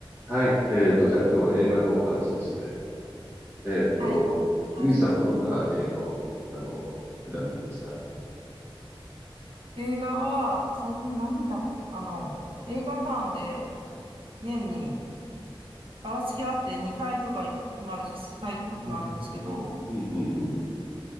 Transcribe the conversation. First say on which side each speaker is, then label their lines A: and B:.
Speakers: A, on the right; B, on the right.
A: はい。えっと、じゃあ今日は映画のお話ですね。えっと、
B: はい。お願いします。
A: ゆいさんはどんな映画を、
B: あ、
A: あの、普段見てますか
B: 映画は、最近何見たっけあの、映画館で年にばらつきあって2回とか行くときもあるし、数回行くときもあるんですけど、
A: うん。うん、うん、うん。